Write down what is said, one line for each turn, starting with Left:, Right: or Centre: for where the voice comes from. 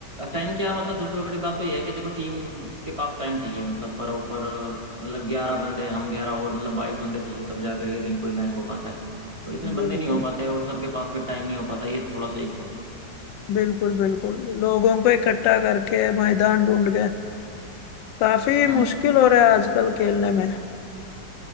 Right: टाइम क्या मतलब सबसे बड़ी बात तो यह है कि देखो टीम के पास टाइम चाहिए मतलब पर ओवर मतलब ग्यारह बंदे हम ग्यारह और मतलब बाईस बंदे चाहिए तब जा करके कहीं कोई मैच हो पाता है तो इतने बंदे
Left: बिल्कुल
Right: नहीं हो पाते और सबके पास फिर टाइम नहीं हो पाता ये थोड़ा सा इशू है
Left: बिल्कुल बिल्कुल लोगों को इकट्ठा करके मैदान ढूंढ के काफी
Right: हम्म
Left: मुश्किल हो रहा है आजकल खेलने में